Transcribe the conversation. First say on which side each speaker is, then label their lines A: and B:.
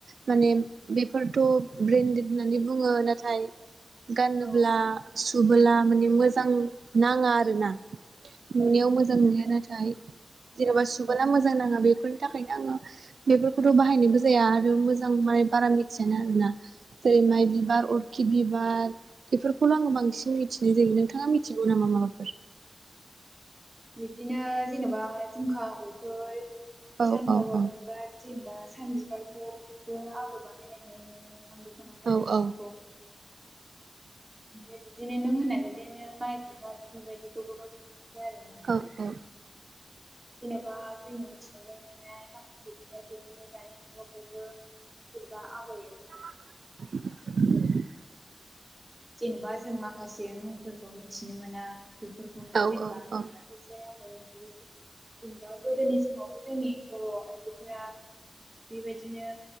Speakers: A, on the right; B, on the right.
A: माने बेफोरथ' ब्रेन्डेड होननानै बुङो नाथाय गानोब्ला
B: औ
A: सुबोला माने मोजां नाङा आरोना नुनायाव मोजां नुयो नाथाय जेन'बा सुबा मोजां नाङा बेफोरनि थाखायनो आङो बेफोरखौथ' बाहायनोबो जाया आरो मोजां माने बारा मिथियानो आरोना। जेरै
B: औ
A: माइ बिबार अर्किद बिबार बेफोरखौल' आङो बांसिन मिथिनाय जायो। नोंथाङा मिथिगौ नामा माबाफोर?
B: बिब्दिनो जेनेबा जिमखा बोथोर
A: औ
B: सानफ्लावार
A: औ औ
B: बिबार जेनेबा सान बिबारखौबो आगर बानायन
A: औ औ
B: <inaudible> <unintelligible> बिदिनो नों होननाय बायद <unintelligible> बिदिनो माइ बिबार बेफोरबायदिखौ गोबां आरो
A: औ औ
B: जेनेबा जोंनि मिथिंगाव नुनाय माखासे बिफां बिदिनो दानि जुगाव बयबो जेनेबा आगर एर
A: <unintelligible>
B: जेनेबा जों माखासे मुंफोरखौ मिथिनो मोना बेफोरखौनो
A: औ
B: जेनेबा
A: औ औ
B: खायसे जेनेबा गोदोनि समाव जोंनि बर' आइजोफोरा बेबायदिनो